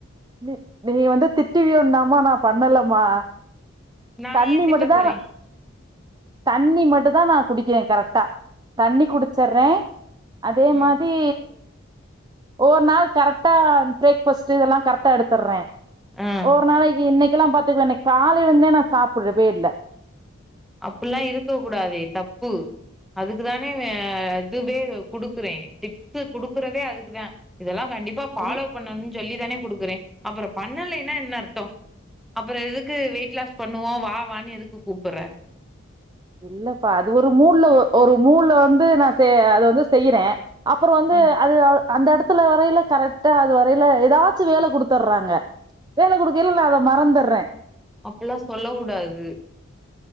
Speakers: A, on the right; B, in the centre.
A: நீ நீ வந்து திட்டுவியோன் தான்‌மா நா பண்ணலமா
B: நா
A: தண்ணி
B: ஏ திட்ட
A: மட்டு தா
B: போறே
A: தண்ணி மட்டு‌ தா நா குடிக்கிறே கரெக்ட் தா தண்ணீ குடிச்சர்றே அதே
B: ம்
A: மாதி ஒவொர் நாள் கரெக்டா ப்ரேக்ஃபாஸ்ட்டு இதெல்லா கரெக்டா எடுத்துர்றே
B: ம்
A: ஒவ்வொரு நாளைக்கு இன்னைக்கெல்லா பாத்துக்க இன்னைக் காலைல இருந்தே நா சாப்ட்றவே இல்ல
B: அப்டில்லா இருக்க கூடாதே தப்பு அதுக்குதானே இதுவே குடுக்குறே டிப்ஸ் குடுக்குறதே அதுக்குதா இதெல்லா கண்டிப்பா ஃபாலோ
A: இல்
B: பண்ணும்னு சொல்லி தானே குடுக்குறே அப்பறோ பண்ணலேன்னா என்ன அர்த்தோ அப்பறோ எதுக்கு வெயிட் லாஸ் பண்ணுவோ வா வான்னு எதுக்கு கூப்புர்ற
A: இல்லப்பா அது ஒரு மூள்ல ஒரு மூள்ல வந்து நா அத வந்து செய்றே அப்பறோ வந்து
B: ம்
A: அது அந்த எடத்துல வரயில கரெக்டா அது வரையில ஏதாச்சு வேல குடுத்துர்றாங்க வேல குடுக்கயில அத நா மறந்துர்றே
B: அப்பல்லா சொல்ல கூடாது